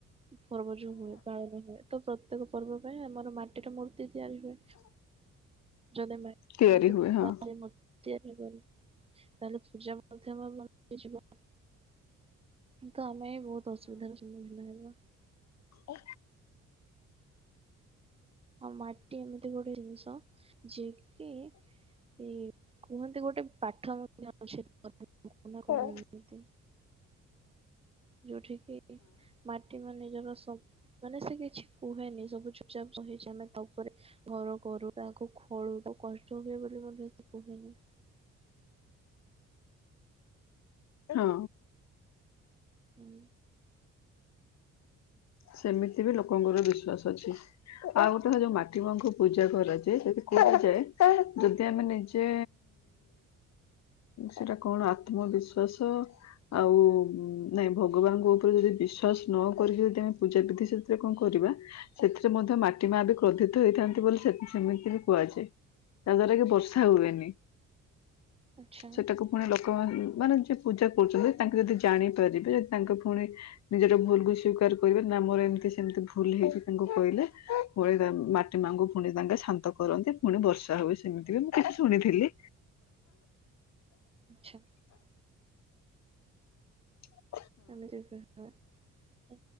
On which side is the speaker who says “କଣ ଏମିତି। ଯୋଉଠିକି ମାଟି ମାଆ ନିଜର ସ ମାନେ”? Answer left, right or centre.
Right